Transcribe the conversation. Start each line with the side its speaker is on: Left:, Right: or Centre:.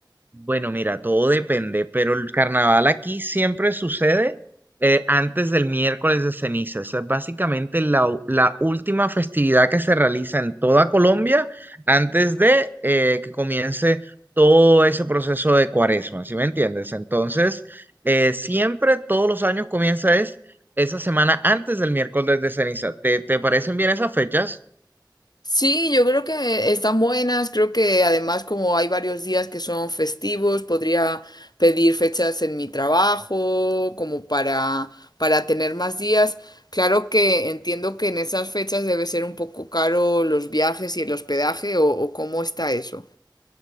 Right: Bueno, mira, todo depende, pero el carnaval aquí siempre sucede eh, antes del miércoles de ceniza. Esa es básicamente la, u- la última festividad que se realiza en toda Colombia antes de eh, que comience todo ese proceso de cuaresma, ¿sí me entiendes? Entonces, eh, siempre, todos los años comienza es esa semana antes del miércoles de ceniza. ¿Te, te parecen bien esas fechas?
Left: Sí, yo creo que están buenas, creo que además como hay varios días que son festivos, podría pedir fechas en mi trabajo como para para tener más días. Claro que entiendo que en esas fechas debe ser un poco caro los viajes y el hospedaje o, o cómo está eso.